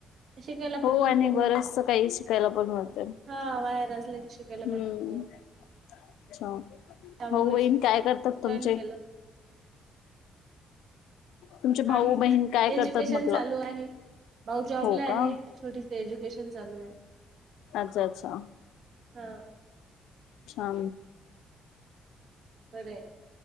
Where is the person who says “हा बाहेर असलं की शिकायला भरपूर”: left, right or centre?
Right